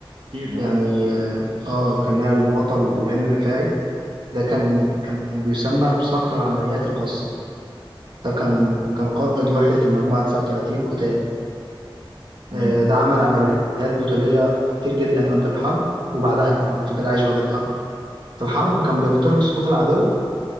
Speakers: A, on the right; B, on the right.
A: اكيد اه
B: يعني اه كان ليها البطل ابراهيم الرفاعي ده كان كان بيسمى بصقر العمليات الخاصه ده كان كان قائد وحده المجموعه 39 قتال
A: امم
B: آه، ده عمل عمليات بطوليه كتير جدا قبل الحرب وبعدها يعني هو فضل عايش بعد الحرب في الحرب كان بيخترق صفوف العدو